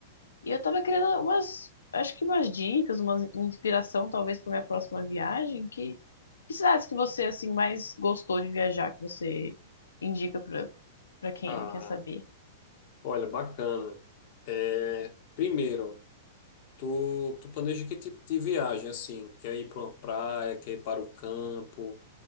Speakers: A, on the left; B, on the left.
A: E eu tava querendo umas, acho que umas dicas, uma inspiração talvez para minha próxima viagem. Que, que cidades que você assim mais gostou de viajar, que você indica para para quem
B: Ah,
A: quer saber?
B: olha, bacana. É, primeiro, tu, tu planeja que tipo de viagem, assim? Quer ir para uma praia, quer ir para o campo,